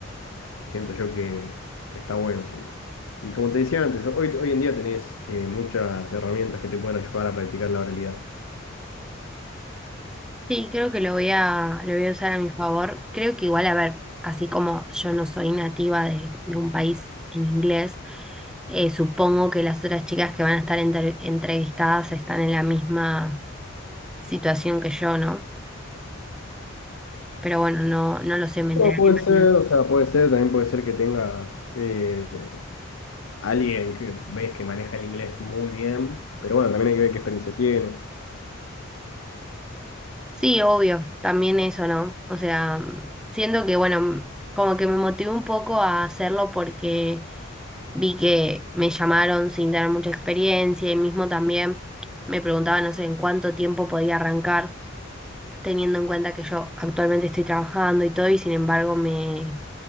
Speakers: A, on the left (about 80°); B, in the centre.
A: Siento yo que, que está bueno siempre. Y como te decía antes, hoy, hoy en día tenés eh, muchas herramientas que te pueden ayudar a practicar la oralidad.
B: Sí, creo que lo voy a, lo voy a usar a mi favor. Creo que igual, a ver, así como yo no soy nativa de, de un país en inglés, eh, supongo que las otras chicas que van a estar enter- entrevistadas están en la misma situación que yo, ¿no? Pero bueno, no, no lo sé, me enteraré
A: Pero puede
B: mañana.
A: ser, o sea, puede ser, también puede ser que tengas eh, alguien que ves que maneja el inglés muy bien, pero bueno, también hay que ver qué experiencia tiene.
B: Sí, obvio, también eso, ¿no? O sea, mm, siento que, bueno, mm, como que me motivó un poco a hacerlo porque vi que me llamaron sin dar mucha experiencia y mismo también me preguntaban, no sé, en cuánto tiempo podía arrancar, teniendo en cuenta que yo actualmente estoy trabajando y todo, y sin embargo me,